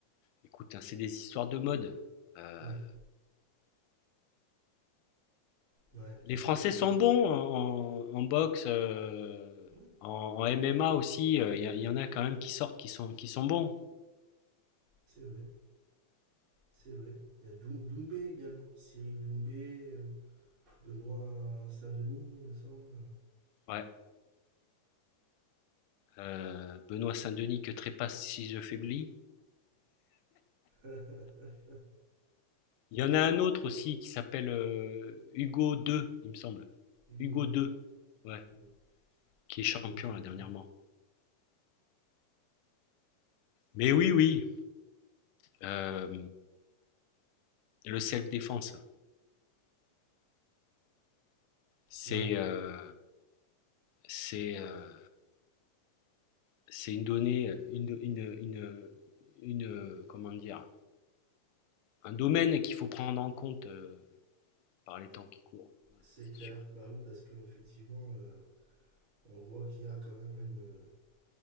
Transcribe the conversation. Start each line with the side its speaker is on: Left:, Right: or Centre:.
Left: écoute, hein, c'est des histoires de mode. Euh,
Right: Ouais, ouais, je
Left: Les
Right: vois
Left: Français
Right: ce que tu
Left: sont
Right: veux dire.
Left: bons en, en- en boxe, euh,
Right: Oui,
Left: en, en MMA aussi. euh, Il y, a- y en a quand même qui sortent, qui sont, qui sont bons.
Right: c'est vrai, c'est vrai. Il y a Dou- Doumbé également. Cyril Doumbé, euh, Benoît Saint-Denis, il me semble.
Left: Ouais. Euh, Benoît Saint-Denis que trépasse si je faiblis.
Right: <laughs>
Left: Il y en a un autre aussi qui s'appelle euh, Hugo 2, il me semble.
Right: Hugo
Left: Hugo
Right: II.
Left: 2, ouais,
Right: Mm.
Left: qui est champion
Right: Ça me dit
Left: là
Right: rien.
Left: dernièrement. Mais oui, oui, euh, le self-défense, c'est
Right: Bah ouais,
Left: euh, c'est euh, c'est une donnée, une, une, une, une, comment dire, un domaine qu'il faut prendre en compte euh, par les temps qui courent. Ouais,
Right: c'est
Left: c'est
Right: clair.
Left: sûr.
Right: Bah oui, parce que effectivement, euh, on voit qu'il y a quand même une,